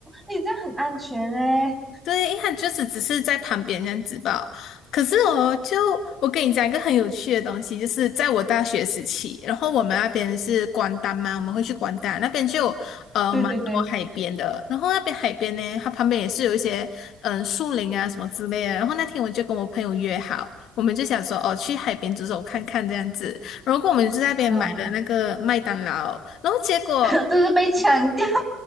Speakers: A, in the centre; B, on the left.
A: 诶，这样很安全嘞。
B: 对，他就是只是在旁边这样子吧。可是我就我跟你讲一个很有趣的东西，就是在我大学时期，然后我们那边是关丹嘛，我们会去关丹那边就有呃蛮多海边的，
A: 对对对，
B: 然后那边海边呢，它旁边也是有一些嗯呃树林啊什么之类的。然后那天我就跟我朋友约好，我们就想说哦去海边走走看看这样子，然后我们就在那边买了那个麦当劳，
A: 啊，
B: 然后结果。
A: <laughs> 就是被抢掉。